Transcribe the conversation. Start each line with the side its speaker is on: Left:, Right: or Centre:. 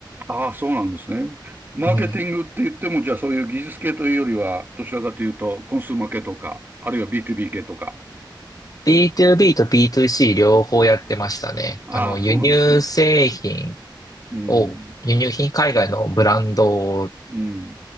Right: ああ、そうなんですね。マーケティングって言っても、
Left: うん。
Right: じゃあそういう技術系というよりは、どちらかというと、コンスーマー系とか、あるいは B2B 系とか。
Left: B2B と B2C 両方やってましたね。
Right: ああ、
Left: あの、輸入製品
Right: そうなんですね。うん、
Left: を、輸入品、海外のブランド
Right: うん、